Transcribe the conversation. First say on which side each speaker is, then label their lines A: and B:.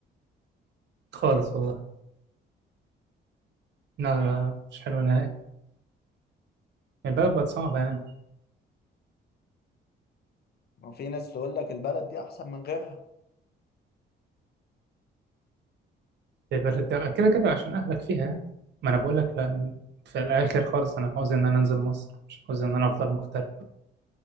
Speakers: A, on the right; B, on the left.
A: خالص والله لا لا مش حلوه نهائي البلد بقت صعبه يعني
B: وفي ناس تقول لك البلد دي احسن من غيرها
A: في بلد ده كده كده عشان أهلك فيها ما أنا بقول لك لا، في الآخر خالص أنا عاوز إن أنا أنزل مصر مش عاوز إن أنا أفضل مغترب